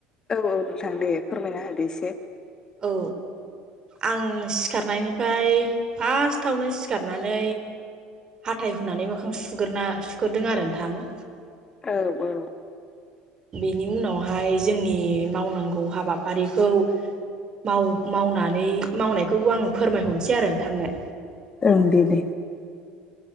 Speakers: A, on the left; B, on the right.
A: औ औ नोंथां दे फोरमायना होदो एसे।
B: औ आं सिखारनायनिफाय फार्स्टावनो सिखारनानै हाथाय हुनानै मोखां सुगोरना सुगोरदों आरो नोंथां
A: औ औ
B: बेनि उनावहाय जोंनि मावनांगौ हाबा फारिखौ माव-मावनानै मावनायखौबो आं फोरमायहनसै आरो नोंथांनो
A: ओं दे दे